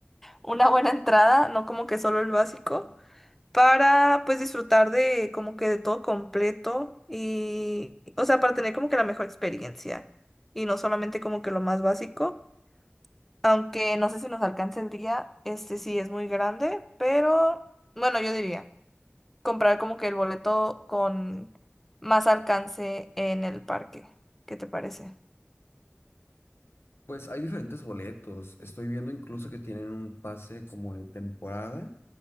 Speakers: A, in the centre; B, on the left (about 70°).
A: una buena entrada, no como que solo el básico para pues disfrutar de como que de todo completo y, o sea, para tener como que la mejor experiencia y no solamente como que lo más básico, aunque no sé si nos alcance el día, este sí es muy grande, pero bueno, yo diría comprar como que el boleto con más alcance en el parque. ¿Qué te parece?
B: Pues hay diferentes boletos. Estoy viendo incluso que tienen un pase como de temporada.